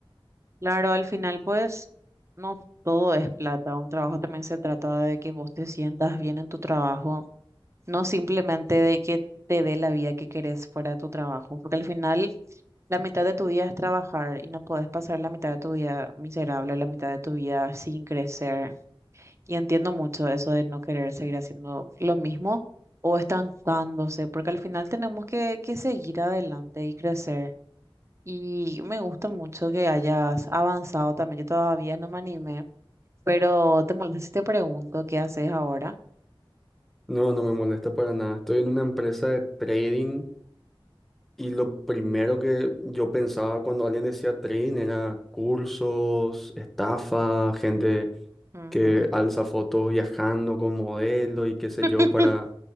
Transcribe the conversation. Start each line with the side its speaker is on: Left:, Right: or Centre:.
Right: Claro, al final, pues, no todo es plata. Un trabajo también se trata de que vos te sientas bien en tu trabajo, no simplemente de que te dé la vida que querés fuera de tu trabajo, porque al final la mitad de tu día es trabajar y no podés pasar la mitad de tu día miserable, la mitad de tu día sin crecer. Y entiendo mucho eso de no querer seguir haciendo lo mismo o estancándose, porque al final tenemos que, que seguir adelante y crecer. Y me gusta mucho que hayas avanzado también. Yo todavía no me animé, pero te molesta si te pregunto qué haces ahora.
Centre: No, no me molesta para nada. Estoy en una empresa de trading Y lo primero que yo pensaba cuando alguien decía Trin era cursos, estafa, gente
Right: Ujú.
Centre: que alza fotos viajando con modelo y qué sé
Right: <laughs>
Centre: yo para